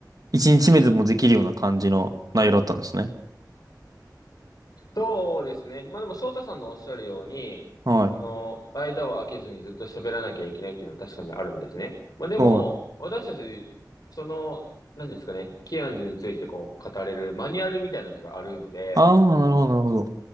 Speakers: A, on the right; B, on the left.
A: 一日目でもできるような感じの内容だったんですね。
B: そうですね。まあでも、翔太さんのおっしゃるように、
A: はい。
B: その、間を空けずにずっと喋らなきゃいけないっていうのは確かにあるんですね。まあでも、
A: はい。
B: 私たち、その、何ですかね、キアンズについてこう、語れるマニュアルみたいなのがあるので、
A: ああ、なるほど、なるほど。